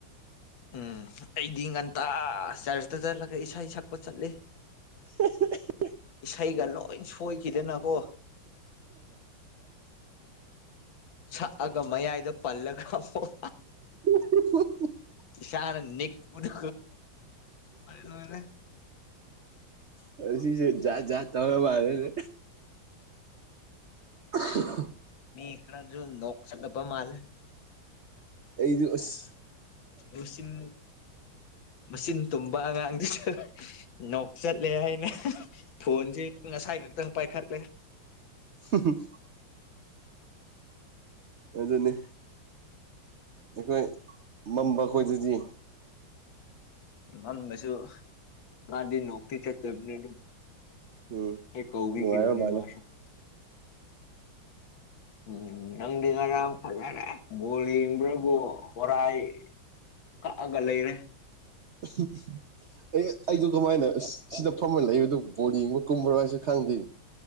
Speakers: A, on the left; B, on the right.
A: ꯎꯝ ꯑꯩꯗꯤ ꯉꯟꯇꯥ ꯆꯔꯆꯇ ꯆꯠꯂꯒ ꯏꯁꯩ ꯁꯛꯄ ꯆꯠꯂꯤ
B: <unintelligible>
A: ꯏꯁꯩꯒ ꯂꯣꯏ ꯁꯣꯏꯈꯤꯗꯅꯀꯣ ꯁꯛꯑꯒ ꯃꯌꯥꯏꯗ ꯄꯜꯂꯒ ꯑꯃꯨꯛ
B: <inaudible>
A: ꯁꯅ ꯅꯤꯛ ꯄꯨ ꯂ ꯂꯣꯏꯣꯏꯔꯦ
B: ꯄꯁꯤꯁꯦ ꯌꯥ ꯌꯥ ꯊꯧꯔ ꯃꯥꯔꯦꯅꯦ ꯎ
A: ꯃꯤ ꯏꯈꯁꯨꯣ ꯂꯣꯛ ꯆ ꯗ ꯃꯥꯜ
B: ꯑꯩꯗꯨꯁ
A: ꯃꯆꯤꯟ ꯃꯆꯤꯟ ꯇꯨꯝꯕ ꯑꯉꯥꯡꯁꯤꯁꯨ ꯅꯣꯛ ꯆꯠꯂꯦ ꯍꯥꯏꯅ ꯐꯣꯟꯁꯦ ꯉꯁꯥꯏ ꯈꯛꯇꯪ ꯄꯥꯏꯈꯠꯂꯦ
B: ꯎ ꯑꯗꯨꯅꯤ ꯑꯩꯈꯣꯏ ꯃꯝꯕ ꯈꯈꯣꯏꯗꯗꯤ
A: ꯃꯝꯕꯁꯨ ꯃꯥꯗꯤ ꯅꯣꯛꯇꯤ ꯆꯠꯇꯕꯅꯤ ꯑꯗꯨꯝ
B: ꯎꯝ
A: ꯑꯦ ꯀꯧꯒꯤ
B: ꯅꯨꯡꯉꯥꯏꯕ
A: ꯀꯤꯕꯅꯦ
B: ꯃꯥꯜꯂꯦ
A: ꯃꯥꯁ ꯎꯝ ꯅꯪꯗꯤ ꯑꯔꯝ ꯐꯖꯔꯦ ꯣꯂꯤ꯭ꯔꯕꯣ ꯍꯣꯔꯥꯏ ꯀꯛꯑꯒ ꯂꯩꯔꯦ
B: ꯎ ꯑꯦ ꯑꯩꯗꯨ ꯀꯃꯥꯏꯅ ꯁꯤꯗ ꯐꯝꯃ ꯂꯩꯕꯗꯨ ꯕꯣꯜ ꯌꯦꯡꯕ ꯀꯨꯝꯕ꯭ꯔꯣ ꯍꯥꯏꯁꯨ ꯈꯪꯗꯦ